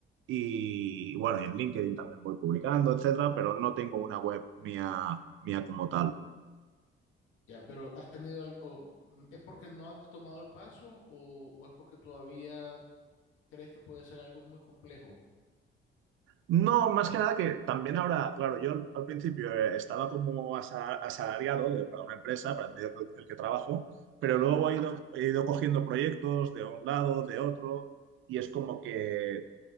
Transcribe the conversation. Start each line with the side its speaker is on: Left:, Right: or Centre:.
Right: y bueno, y en LinkedIn también voy publicando, etcétera, pero no tengo una web mía, mía como tal.
Left: Ya, pero ¿has tenido algo? ¿Es porque no has tomado el paso o, o es porque todavía crees que puede ser algo muy complejo?
Right: No, más que nada que también ahora, claro, yo al principio eh, estaba como asa- asalariado de- para una empresa, para el medio que- el que trabajo,
Left: Ajá,
Right: pero luego he ido, Ajá. he ido cogiendo proyectos de un lado, de otro, y es como que